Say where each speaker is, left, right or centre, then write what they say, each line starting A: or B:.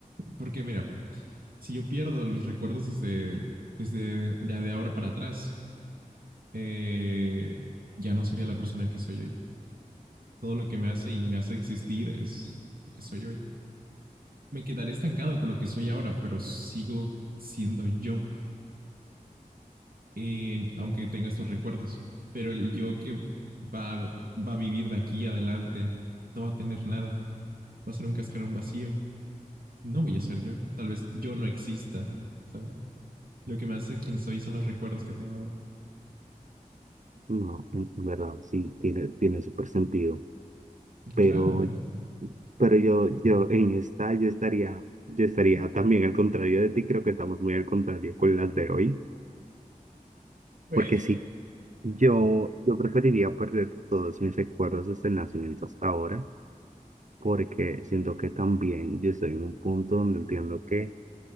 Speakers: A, on the right; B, on the right.
A: porque mira, si yo pierdo mis recuerdos desde, desde de, de ahora para atrás, eh, ya no sería la persona que soy hoy. Todo lo que me hace y me hace existir es lo que soy hoy. Me quedaré estancado con lo que soy ahora, pero sigo siendo yo, eh, aunque tenga estos recuerdos. Pero el yo que va, va a vivir de aquí adelante no va a tener nada, va a ser un cascarón vacío. No voy a ser yo, tal vez yo no exista, ¿sabes? Lo que me hace quien soy son los recuerdos que tengo ahora.
B: No, en en verdad, sí, tiene, tiene súper sentido.
A: Y
B: Pero,
A: claro, pues
B: pero yo, yo en esta, yo estaría, yo estaría también al contrario de ti, creo que estamos muy al contrario con las de hoy.
A: Pues
B: Porque sí, yo, yo preferiría perder todos mis recuerdos desde el nacimiento hasta ahora, porque siento que también yo estoy en un punto donde entiendo que,